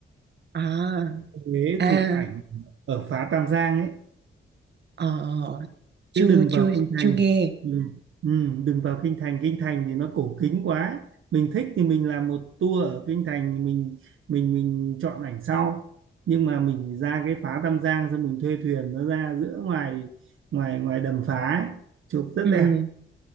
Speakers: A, on the right (about 60°); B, on the right (about 85°).
A: à
B: Huế
A: à
B: chụp ảnh ở phá Tam Giang ấy
A: ờ chưa
B: chứ đừng
A: chưa
B: vào kinh
A: chưa
B: thành
A: nghe
B: ừ. Ừ, đừng vào kinh thành kinh thành thì nó cổ kính quá mình thích thì mình làm một tour ở kinh thành mình mình mình chọn ảnh sau nhưng mà mình ra cái phá Tam Giang xong mình thuê thuyền nó ra giữa ngoài ngoài ngoài đầm phá ấy, chụp rất
A: ừ
B: đẹp